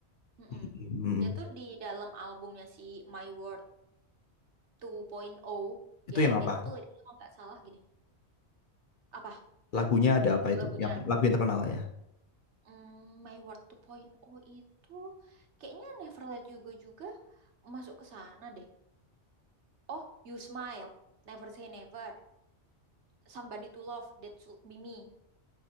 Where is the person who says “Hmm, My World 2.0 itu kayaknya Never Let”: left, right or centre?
Right